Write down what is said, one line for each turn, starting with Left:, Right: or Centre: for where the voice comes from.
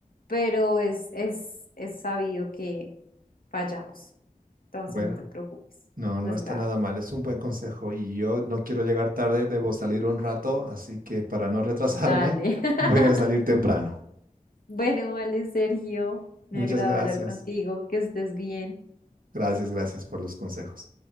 Left: pero es, es, es sabido que fallamos, entonces
Right: Bueno,
Left: no te preocupes,
Right: no,
Left: no
Right: no
Left: es
Right: está
Left: grave.
Right: nada mal, es un buen consejo y yo no quiero llegar tarde, debo salir un rato, así que para no retrasarme,
Left: Dale.
Right: <laughs>
Left: <laughs>
Right: voy a salir temprano.
Left: bueno. Bueno, vale, Sergio, me
Right: Muchas
Left: ha agradado
Right: gracias.
Left: hablar contigo, que estés bien.
Right: Gracias, gracias por los consejos.